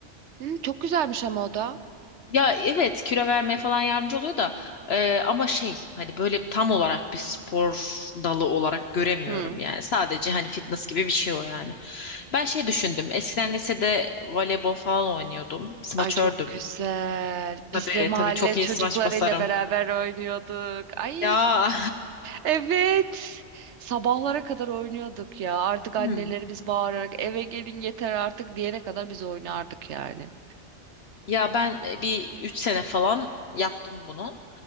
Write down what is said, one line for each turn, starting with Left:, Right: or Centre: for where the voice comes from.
Right: Hı, çok güzelmiş ama o da.
Left: Ya evet kilo vermeye falan yardımcı oluyor da e, ama şey hani böyle tam olarak bir spor dalı olarak göremiyorum
Right: Hı.
Left: yani. Sadece hani fitness gibi bir şey o yani. Ben şey düşündüm. Eskiden lisede voleybol falan oynuyordum. Smaçördüm.
Right: Ay çok güzel.
Left: Tabii
Right: Biz de mahalle
Left: tabii çok iyi
Right: çocuklarıyla
Left: smaç basarım.
Right: beraber oynuyorduk. Ay
Left: Ya.
Right: evet. Sabahlara kadar oynuyorduk ya. Artık annelerimiz
Left: <laughs> Hmm.
Right: bağırarak eve gelin yeter artık diyene kadar biz oynardık yani.
Left: Ya ben e, bir 3 sene falan yaptım bunu.